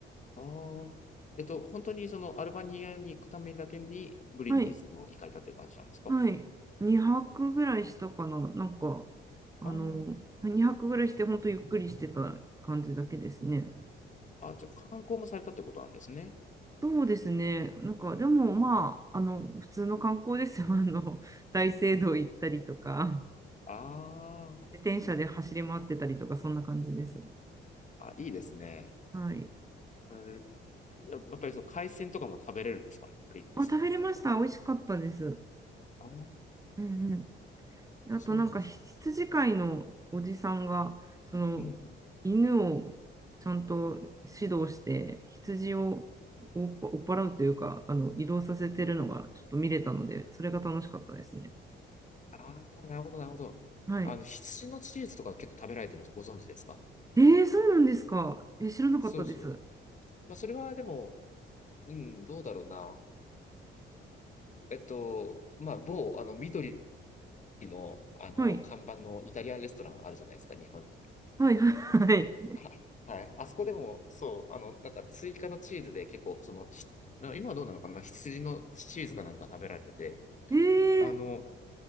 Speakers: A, on the left (about 40°); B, on the right (about 15°).
A: ああ。えっと、本当にそのアルバニアに行くためだけにブリンディーズに行かれたっていう感じなんですか
B: はい、はい。2泊ぐらいしたかな。なんか、あの、
A: あ
B: 2泊ぐらいして、本当ゆっくりしてた感じだけですね。
A: あ。あ、じゃあ観光もされたってことなんですね。
B: そうですね。なんか、でもまあ、あの、普通の観光ですよ。あの、<laughs> 大聖堂行ったりとか、
A: あー
B: 自転車で走り回ってたりとか、そんな感じです。
A: あ、いいですね。
B: はい。
A: うんややっぱりそう、海鮮とかも食べれるんですかね。ブリンディーズとかになると。
B: あ、食べれました。美味しかったです。
A: ああ、
B: うんうんあとなんか羊飼いのおじさんがその犬をちゃんと指導して羊を追っぱ追っ払うというかあの移動させてるのがちょっと見れたのでそれが楽しかったですね。
A: そうなんです。うん。ああ、なるほど、なるほど。
B: はい。
A: あの、羊のチーズとか結構食べられてるのご存知ですか
B: えー、そうなんですか。え、知らなかったです。
A: そうそう。まあ、それはでも、うん、どうだろうな。えっと、まあ、某、あの、緑の、あの、
B: はい。
A: 看板のイタリアンレストランあるじゃないですか、日本に。
B: はい。はい。
A: <laughs> あはい。あそこでも、そう、あの、なんか追加のチーズで結構、その、ひ今はどうなのかな、羊のチーズかなんか食べられてて、
B: えー、
A: あの、